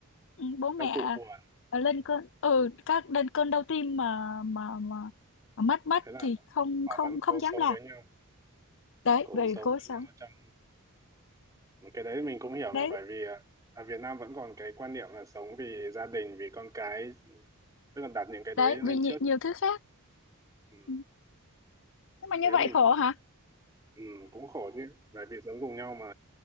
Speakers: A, on the left; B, on the right.
A: ừ, bố mẹ
B: các cụ buồn
A: ờ, lên cơn ừ các lên cơn đau tim mà mà mà, mà mất mất
B: thế nào?
A: thì không
B: họ
A: không
B: vẫn
A: không
B: cố sống
A: dám làm
B: với nhau
A: đấy
B: cố
A: về
B: sống
A: cố
B: với
A: sống
B: nhau trong ừ. cái đấy mình cũng hiểu
A: đấy
B: mà bởi vì à, ở Việt Nam vẫn còn cái quan niệm là sống vì gia đình vì con cái tức là đặt những cái đấy
A: đấy
B: lên
A: vì nhi-
B: trước
A: nhiều thứ khác
B: ừ.
A: Ừ. nhưng mà như
B: thế
A: vậy
B: thì
A: khổ hả
B: ừ, cũng khổ chứ bởi vì sống cùng nhau mà